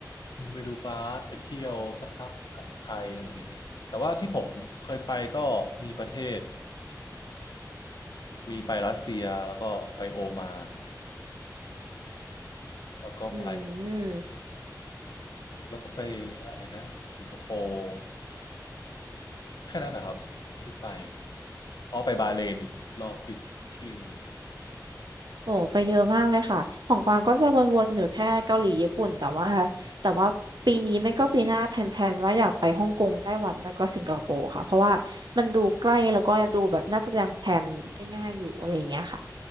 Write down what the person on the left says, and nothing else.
อืมไปดูบาสไปเที่ยวสักพักกลับไทยอะไรอย่างเงี้ยแต่ว่าที่ผมเคยไปก็มีประเทศมีไปรัสเซียแล้วก็ไปโอมานแล้วก็ไป
แล้วก็ไปอะไรนะสิงคโปร์แค่นั้นนะครับที่ไปอ๋อไปบาห์เลนอีกรอบอีกที่หนึ่ง